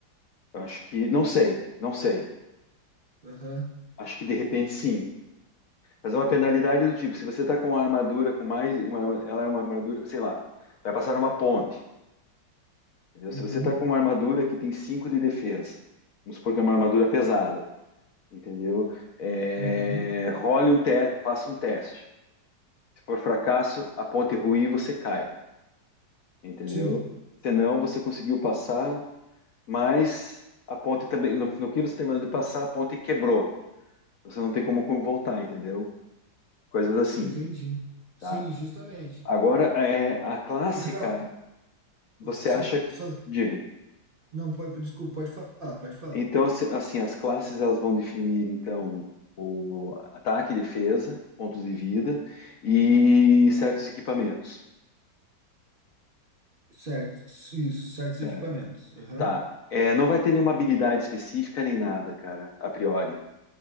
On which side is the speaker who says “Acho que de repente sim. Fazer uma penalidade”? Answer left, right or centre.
Left